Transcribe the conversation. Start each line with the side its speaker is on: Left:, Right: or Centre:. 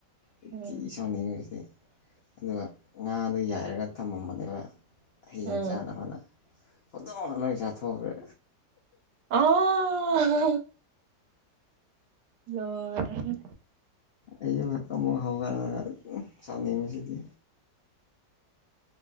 Left: ꯑꯩ
Right: ꯎꯝ
Left: ꯊꯤ ꯁꯥꯎꯅꯤꯡꯕꯁꯤꯗꯤ ꯑꯗꯨꯒ ꯉꯥꯗꯣ ꯌꯥꯏꯔꯒ ꯊꯝꯃꯝꯕꯅꯦꯕ ꯍꯌꯦꯡ
Right: ꯎꯝ
Left: <unintelligible> ꯍꯧꯗꯣꯡꯅ ꯂꯣꯏ ꯆꯥꯊꯣꯛꯈ꯭ꯔꯦ
Right: ꯑꯥ ꯂꯣꯏꯔꯦꯍꯦ
Left: ꯑꯩꯖꯨ ꯑꯃꯨꯛ ꯍꯧꯒꯠꯂꯒ ꯁꯥꯎꯅꯤꯡꯕꯁꯤꯗꯤ